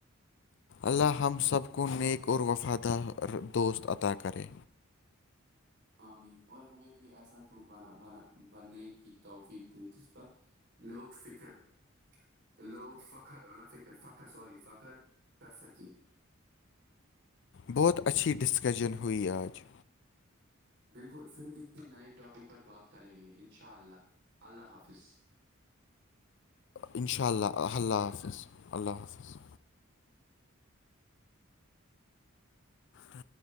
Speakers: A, on the left (about 55°); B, on the right (about 55°).
A: اللہ ہم سب کو نیک اور وفادار دوست عطا کرے
B: امین اور ہمیں بھی ایسا د بنا بنا بننے کی توفیق تھے جس پر لوک فکر <unintelligible> لوگ فخر اور ن فکر فخر سوری فخر کر سکے
A: بہت اچھی ڈسکشن ہوئی آج
B: بالکل پھر کسی نئے ٹاپک پر بات کریں گے ان شاء اللہ اللہ حافظ
A: اشاء اللہ اللہ حافظ اللہ حافظ ا